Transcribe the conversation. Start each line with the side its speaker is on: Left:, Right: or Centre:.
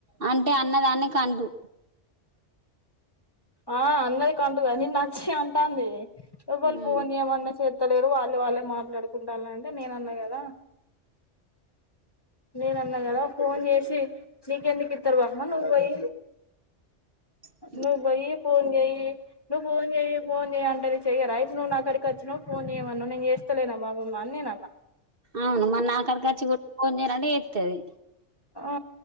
Right: అన్ టే అన్నదాని కందూ
Left: ఆ అందరి కందుగా నిన్ నచ్చి అంటాంది ఎవల్
Right: ఉమ్
Left: ఫోన్ చేయమన్నా చేత్ ంత లేదు వాళ్ళు వాళ్ళే మాట్లాడుకుంటానంటే నేన అన్నా గదా నేనన్న గదా ఫోన్ చేసి నీకెందుక్ పిత్తర్ బాప్మా నువ్వు బోయ్యి
Right: అ
Left: నువ్వు బొయ్యి ఫోన్ చెయ్యి నువ్ ఫోన్ చేయ్యి ఫోన్ చేయ్ అంటే లిఫ్ట్ చెయ్యరా ఇప్పుడు నాకాడికి వచ్చినవ్. ఫోన్ చేయమన్నావ్. నేను చేస్తలేనా బావ అని నేనన్నా
Right: అవును మరి నాకాడికి వచ్చి కూడా ఫోన్ చేయ్ రా అంటే ఏడ్చ్ తది
Left: ఊ